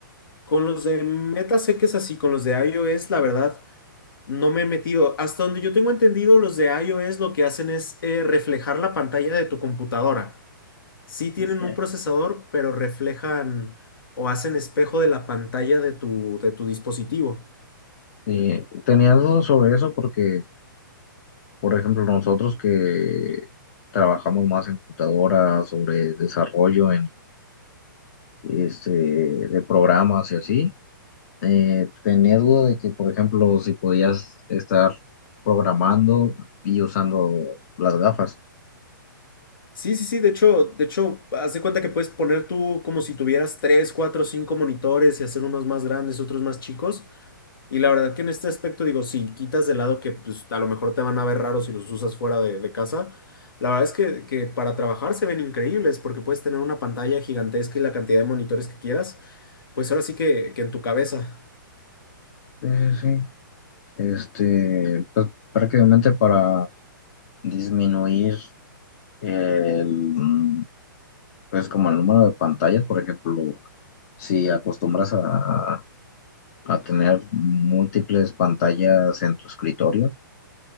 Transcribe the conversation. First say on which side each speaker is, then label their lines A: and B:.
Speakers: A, on the left; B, on the left.
A: Con los de Meta sé que es así, con los de iOS, la verdad. No me he metido. Hasta donde yo tengo entendido, los de iOS lo que hacen es eh, reflejar la pantalla de tu computadora. Sí tienen
B: Sí,
A: un procesador, pero reflejan o hacen espejo de la pantalla de tu, de tu dispositivo.
B: Eh, tenía dudas sobre eso porque, por ejemplo, nosotros que trabajamos más en computadoras, sobre desarrollo en, este, de programas y así, eh, tenía duda de que, por ejemplo, si podías estar programando y usando las gafas.
A: Sí, sí, sí, de hecho, de hecho, haz de cuenta que puedes poner tú como si tuvieras tres, cuatro, cinco monitores y hacer unos más grandes, otros más chicos. Y la verdad que en este aspecto digo, si quitas de lado que pues a lo mejor te van a ver raros si los usas fuera de, de casa, la verdad es que, que para trabajar se ven increíbles porque puedes tener una pantalla gigantesca y la cantidad de monitores que quieras, pues ahora sí que, que en tu cabeza.
B: Sí, sí, sí. Este, pues prácticamente para disminuir el, mm, pues como el número de pantallas, por ejemplo, si acostumbras a, a tener múltiples pantallas en tu escritorio,